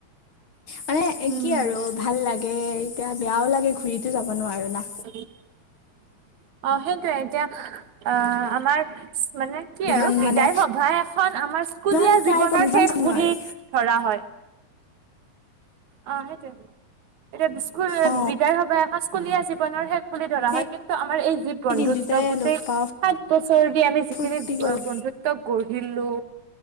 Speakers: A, on the left; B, on the right.
A: মানে
B: উম,
A: কি আৰু ভাল লাগে। দে এতিয়া বেয়াও লাগে ঘূৰিতো যাব নোৱাৰো।
B: <inaudible>
A: না।
B: অ সেইটোৱে এতিয়া আহ আমাৰ মানে কি
A: যিমান
B: আৰু বিদায়
A: মানে
B: সভা এখন আমাৰ স্কুলীয়া
A: যিমান ট্ৰাই
B: জীৱনৰ
A: কৰিম সিমান
B: শেষ
A: যাব নোৱাৰো
B: বুলি ধৰা হয়। অ সেইটোৱে এতিয়া বিস্কুল
A: অ
B: বিদায় সভা এখছ লীয়া জীৱনৰ শেষ বুলি ধৰা
A: সেই
B: হয় কিন্তু আমাৰ এই যি
A: সেই
B: বন্ধুত্ব
A: দিনটোতে
B: গোটেই
A: লগ পাওঁ
B: সাত বছৰ দি আমি যিখিনি
A: ফূৰ্তি কৰোঁ
B: বন্ধুত্ব গঢ়িলো,